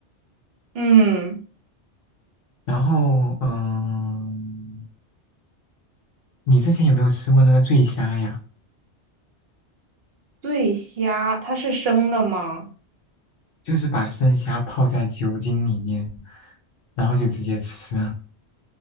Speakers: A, on the right (about 65°); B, on the left (about 60°).
A: 嗯，
B: 然后，嗯，你之前有没有吃过那个醉虾呀？
A: 醉虾它是生的吗？
B: 就是把生虾泡在酒精里面，然后就直接吃，